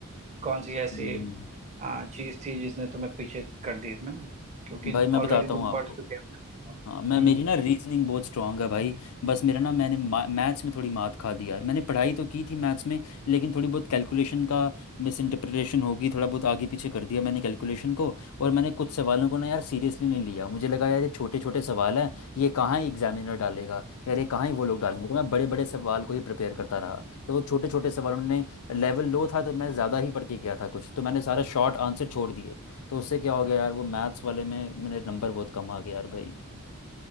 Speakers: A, on the right; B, on the left.
A: कौन सी ऐसी
B: हम्म
A: आ, चीज थी जिसने तुम्हें पीछे कर दी इसमें ना क्योंकि
B: भाई मैं
A: ऑलरेडी
B: बताता
A: तुम
B: हूँ आपको
A: पढ़ चुके हो
B: हाँ मैं
A: हम्म
B: मेरी ना रीजनिंग बहुत स्ट्रांग है भाई बस मेरा ना मैंने मैथ्स में थोड़ी मात खा दी यार मैंने पढ़ाई तो की थी मैथ्स में लेकिन थोड़ी बहुत कैलकुलेशन का मिस इंटरप्रिटेशन होगी थोड़ा बहुत आगे पीछे कर दिया मैंने कैलकुलेशन को और मैंने कुछ सवालों को ना यार सीरियसली नहीं लिया मुझे लगा यार ये छोटे छोटे सवाल हैं ये कहाँ ही एग्जामिनर डालेगा यार ये कहाँ ही वो लोग डालेंगे तो मैं बड़े बड़े सवाल को ही प्रिपेयर करता रहा तो वो छोटे छोटे सवालों ने लेवल लो था तो मैं ज़्यादा ही पढ़ के गया था कुछ तो मैंने सारा शॉर्ट आंसर छोड़ दिए तो उससे क्या हो गया यार वो मैथ्स वाले में मेरे नंबर बहुत कम आ गए यार भाई